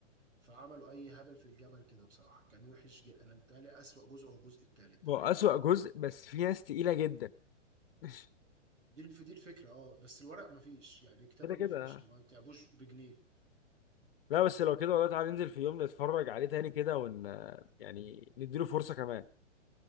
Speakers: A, on the right; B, on the left.
A: فعملوا اي هبل في الجبل كده بصراحه كان وحش جدا انا متهيألي اسوأ جزء هو الجزء الثالث ده
B: هو أسوأ جزء بس في ناس تقيلة جدا <laughs>
A: دي الف- دي الفكره اه بس الورق مفيش يعني الكتابه
B: كده
A: مفيش
B: كده
A: ما تعبوش بجنيه
B: لا بس لو كده والله تعالى ننزل في يوم نتفرج عليه تاني كده ون يعني نديله فرصة كمان